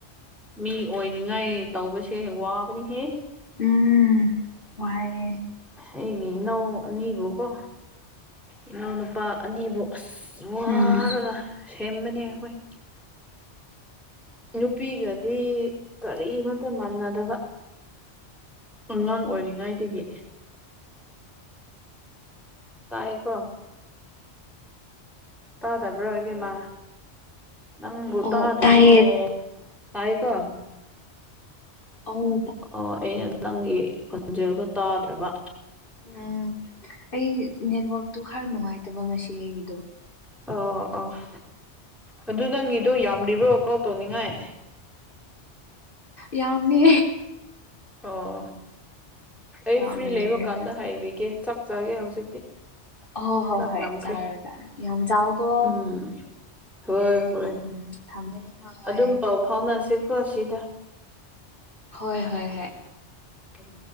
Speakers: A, in the centre; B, on the left.
A: ꯃꯤ ꯑꯣꯏꯅꯤꯡꯉꯥꯏ ꯇꯧꯕꯁꯦ ꯋꯥꯕꯅꯤꯍꯦ
B: ꯎꯝ ꯋꯥꯏꯌꯦ
A: ꯑꯩꯒꯤ ꯅꯧ ꯅꯕꯨ ꯀꯣ ꯏꯅꯥꯎꯅꯨꯄꯥ ꯑꯅꯤꯕꯨ ꯑꯁ ꯋꯥꯔꯒ
B: ꯎꯝ
A: ꯁꯦꯝꯕꯅꯦ ꯑꯩꯈꯣꯏ ꯅꯨꯄꯤꯒꯗꯤ ꯀꯔꯤꯃꯇ ꯃꯥꯟꯅꯗꯕ ꯑꯉꯥꯡ ꯑꯣꯏꯔꯤꯉꯩꯗꯒꯤ ꯇꯥꯏ ꯀꯣ ꯇꯥ ꯇꯥꯕ꯭ꯔꯥ ꯑꯣꯏꯕꯤꯃ ꯅꯪꯕꯨꯨꯇꯥꯗꯅꯦ
B: ꯑꯣ ꯇꯥꯏꯌꯦ
A: ꯍꯥꯏꯥꯏꯀꯣ
B: ꯑꯥꯎ
A: ꯑꯣ ꯑꯩꯅ ꯅꯪꯒꯤ ꯈꯣꯟꯖꯦꯜꯗꯣ ꯇꯥꯗ꯭ꯔꯕ
B: ꯎꯝ ꯑꯩ ꯅꯦꯠꯋꯥꯛꯛꯇꯨ ꯈꯔ ꯅꯨꯡꯉꯥꯏꯇꯕ ꯉꯁꯤ ꯑꯩꯒꯤꯗꯣ
A: ꯑꯣ ꯑꯣꯥ ꯑꯗꯨ ꯅꯪꯒꯤꯗꯣ ꯌꯥꯝ꯭ꯔꯤꯕ꯭ꯔꯣ ꯀꯥꯎ ꯇꯧꯅꯤꯡꯉꯥꯏ
B: ꯌꯥꯝꯃꯤ
A: ꯑꯣ ꯑꯩ
B: ꯌꯥꯝꯔꯦ
A: ꯐ꯭ꯔꯤ ꯂꯩꯕ ꯀꯥꯟꯗ ꯍꯥꯏꯕꯤꯒꯦ ꯆꯥꯛ ꯆꯒꯦ ꯍꯧꯖꯤꯛꯇꯤ
B: ꯑꯣ ꯍꯣ
A: ꯆꯥꯛ
B: ꯍꯣꯏ
A: ꯂꯥꯝꯈ꯭ꯔꯦ
B: ꯆꯥꯔꯣ ꯆꯔꯣ ꯌꯥꯝ ꯆꯥꯎꯀꯣ
A: ꯎꯝ ꯍꯣꯏ ꯍꯣꯏ
B: ꯎꯝ ꯊꯝꯃꯦ ꯍꯣꯏ
A: ꯑꯗꯨꯝ ꯄꯥꯎ ꯐꯥꯎꯅꯁꯦꯀꯣ ꯁꯤꯗ
B: ꯍꯣꯏ ꯍꯣꯏ ꯍꯣꯏ
A: ꯎꯝ